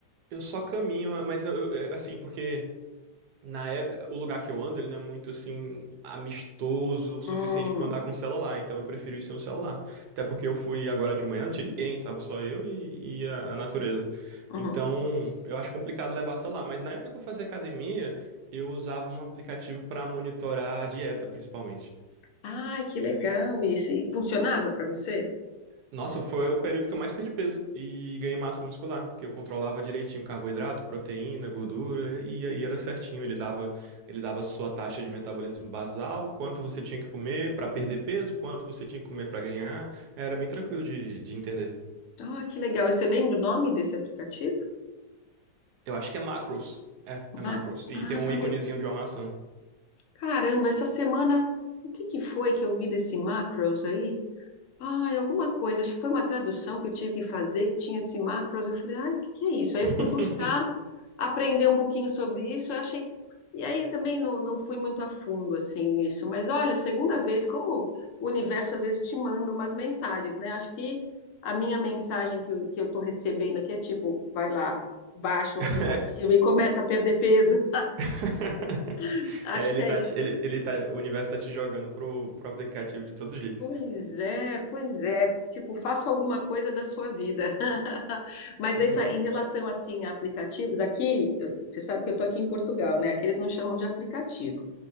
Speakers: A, on the right; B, on the left.
A: eu só caminho, mas eu, eu- é, assim, porque na é- o lugar que eu ando, ele não é muito assim amistoso o suficiente
B: Hum,
A: pra eu andar com o celular, então eu prefiro ir sem o celular. Até porque eu fui agora de manhã, não tinha ninguém, tava só eu e, e a, a natureza.
B: uhum.
A: Então, eu acho complicado levar celular, mas na época que eu fazia academia, eu usava um aplicativo pra monitorar a dieta, principalmente.
B: Ai, que legal isso. E funcionava para você?
A: Nossa, foi o período que eu mais perdi peso e ganhei massa muscular, porque eu controlava direitinho carboidrato, proteína, gordura, e aí era certinho. Ele dava, ele dava sua taxa de metabolismo basal, quanto você tinha que comer para perder peso, quanto você tinha que comer para ganhar. Era bem tranquilo de, de entender.
B: Ah, que legal. E você lembra o nome desse aplicativo?
A: Eu acho que é macros. É, é
B: Macro.
A: macros. E
B: Ah,
A: tem um íconezinho
B: legal.
A: de uma maçã.
B: Caramba, essa semana, o que que foi que eu vi desse Macros aí? Ai, alguma coisa, acho que foi uma tradução que eu tive que fazer, que tinha esse macros, eu falei, ai, o que que é isso? Aí
A: <laughs>
B: eu fui buscar, aprender um pouquinho sobre isso, eu achei, e aí também não, não fui muito a fundo, assim, nisso, mas olha, segunda vez, como o universo às vezes te manda umas mensagens, né? Acho que a minha mensagem que eu, que eu tô recebendo aqui é tipo, vai lá, baixa o aplicativo
A: É,
B: e começa a perder peso,
A: <laughs>
B: <laughs> acho
A: É, ele
B: que é
A: tá,
B: isso.
A: te- ele, ele tá, o universo tá te jogando pro, pro aplicativo de todo jeito.
B: Pois é, pois é. Tipo, faça alguma coisa da sua vida. <laughs> Mas
A: Uhum.
B: é isso aí, em relação assim a aplicativos, aqui, eu- você sabe que eu estou aqui em Portugal, né? Aqui eles não chamam de aplicativo.